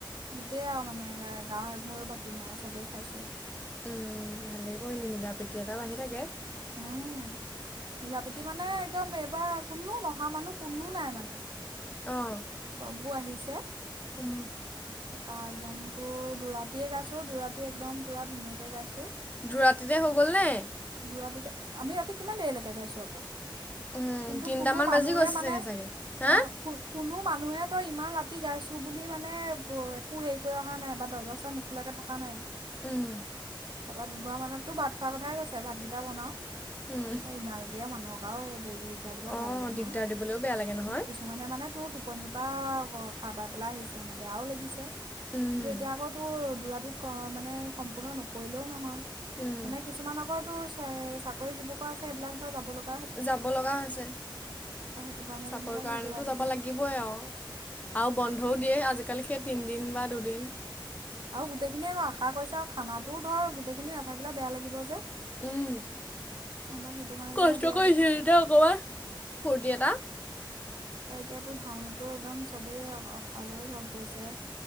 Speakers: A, on the right (about 60°); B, on the left (about 15°).
A: গোটেই আও মানে গা গাঁৱৰ এঘৰো বাকী নাই আৰু চবেই খাইছো।
B: উম ভালে কৰিলি মিলা প্ৰতি এটা বাঢ়ি থাকে।
A: উম মিলাপীতি মানে একদম এইবাৰ কোনো নহা মানুহ কোনো নাই মানে,
B: অঁ
A: চববোৰ আহিছে।
B: উম।
A: তাপা একদমতো দুৰাতিয়ে গাইছোঁ, দুৰাতি একদম পূৰা ধুনীয়াকে গাইছোঁ।
B: দুৰাতিতে হৈ গ'ল নে।
A: দুৰাতিতে, আমি ৰাতি কিমান দেৰিলৈকে গাইছোঁ আকৌ।
B: উম,
A: কিন্তু
B: তিনটামান
A: কোনো মানুহে
B: বাজি গৈছে
A: মানে
B: চাগে চাগে হা
A: আহ কোনো মান মানুহেতো ইমান ৰাতি গাইছোঁ বুলি মানে একো হেৰি কৰি অহা নাই বা দৰজা চৰজা নোখোলাকৈ থকা নাই।
B: উম,
A: তাৰপৰা দুঘৰ মানতো ভাত খোৱা কথাই কৈছে ভাতকেইটা এয়া বনাওঁ।
B: উম,
A: তাই মা এয়া মানুহক দিগদাৰ দিব
B: অ',
A: বেয়া লাগে নহয়
B: দিগদাৰ দিবলৈও বেয়া লাগে নহয়
A: কিছুমানে মানে তোৰ টো টোপনিৰ পৰা সাৰ পাই পেলাই আহিছে, মানে বেয়াও লাগিছে।
B: উম,
A: কিন্তু এতিয়া আকৌ তোৰ দৌৰাটিত ক মানে সম্পূৰ্ণ নকৰিলেও নহয়
B: উম,
A: মানে কিছুমান আগত। চাকৰি যুৱক আছে এইবিলাক ধৰ যাব লগ
B: যাব লগা হৈছে
A: সেইটো কাৰণে
B: চাকৰি
A: যেনিবা
B: কাৰণো
A: সেই দুৰাতিতে
B: যাব লাগিবই আৰু আৰু বন্ধও দিয়ে আজিকালি সেই তিন দিন বা দুদিন
A: গোটেইখিনিয়ে সেইিনিয়ে আৰু আশা কৰিছে আৰু খানাটোও ধৰ গোটেইখিনি নাথাকিলে বেয়া লাগিব যে,
B: উম,
A: আমাৰ সেইটো কাৰণে
B: কষ্ট
A: যেনিবা দুৰাতিতে
B: কৰিছিলতিয়া অকবাৰ ফূৰ্তি এটা,
A: তাৰপৰা এতিয়াতো ভাওনাাতটো একদম চবেইখোৱালৈও চব গৈছে।